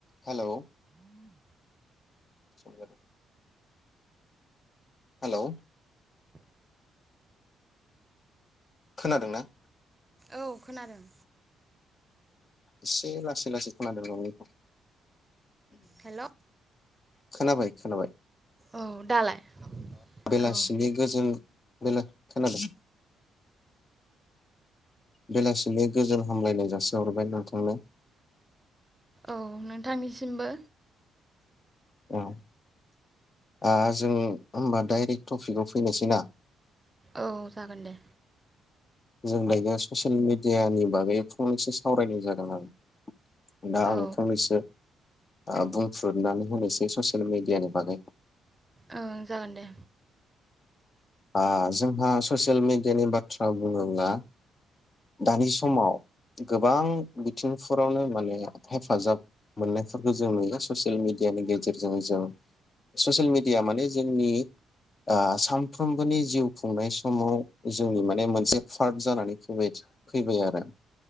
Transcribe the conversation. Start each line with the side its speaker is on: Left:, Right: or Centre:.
Left: हेल' सम जादों हेल' <inaudible> खोनादोंना?
Right: औ खोनादों
Left: एसे लासै लासै खोनादोंमोन नोंनिखौ।
Right: हेल'
Left: खोनाबाय खोनाबाय।
Right: औ दालाय?
Left: बेलासिनि
Right: औ
Left: गोजोन बेला खोनादों बेलासिनि गोजोन हामलायनाय जासिहरबाय नोंथांनो।
Right: औ नोंथांनिसिमबो
Left: औ ओ जों होमबा डाइरेक्ट टपिकआव फैनोसै ना?
Right: औ जागोन दे
Left: जों गायगा ससियेल मिडियानि बागै फंनैसो सावरायनाय जादों आरो दा आं
Right: औ
Left: फंनैसो ओ बुंफ्रुनानै होनोसै ससियेल मिडियानि बागै।
Right: ओं जागोन दे
Left: ओ जोंहा ससियेल मिडियानि बाथ्रा बुङोब्ला दानि समाव गोबां बिथिंफोरावनो माने हेफाजाब मोननायफोरखौ जों नुयो ससियेल मिडियानि गेजेरजों जों ससियेल मिडिया माने जोंनि ओ सानफ्रोमबोनि जिउ खुंनाय समाव जोंनि माने मोनसे पार्ट जानानै फैबाय आरो